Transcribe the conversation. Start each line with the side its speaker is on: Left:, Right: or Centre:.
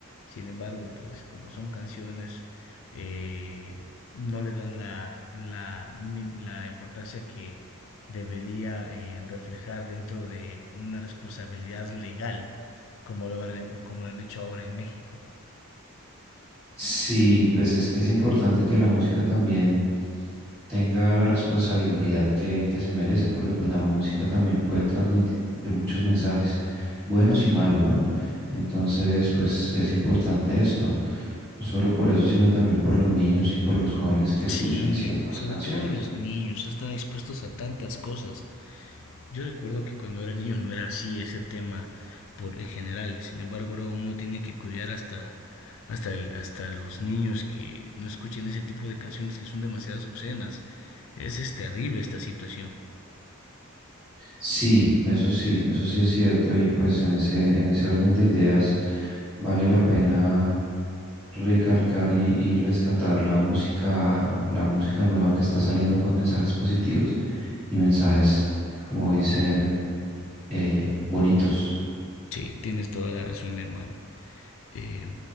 Left: Sin embargo, pues como son canciones, eh, no le dan la, la, la importancia que debería eh, reflejar dentro de una responsabilidad legal, como lo, como lo han hecho ahora en México.
Centre: Sí, pues es que es importante que la música también... tenga la responsabilidad que, que se merece, porque pues la música también puede transmitir muchos mensajes, buenos y malos, ¿no? Entonces, pues es importante esto, no solo por eso, sino también por los niños y por los jóvenes que escuchan
Left: Sí,
Centre: ciertas
Left: sobre
Centre: canciones.
Left: todo los niños están expuestos a tantas cosas Yo recuerdo que cuando era niño no era así ese tema por en general. Sin embargo, ahora uno tiene que cuidar hasta hasta el- hasta los niños que no escuchen ese tipo de canciones que son demasiadas obscenas. Es, es terrible esta situación.
Centre: Sí, eso sí, eso sí es cierto y pues en ese, en ese orden de ideas vale la pena recalcar y, y rescatar la música, la música nueva que está saliendo con mensajes positivos y mensajes, como dicen, eh, bonitos.
Left: Sí, tienes toda la razón, mi hermano. Eh,